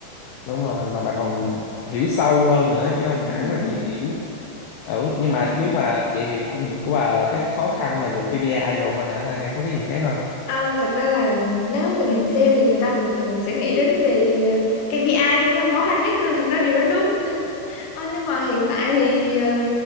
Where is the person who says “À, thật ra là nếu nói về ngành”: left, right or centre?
Left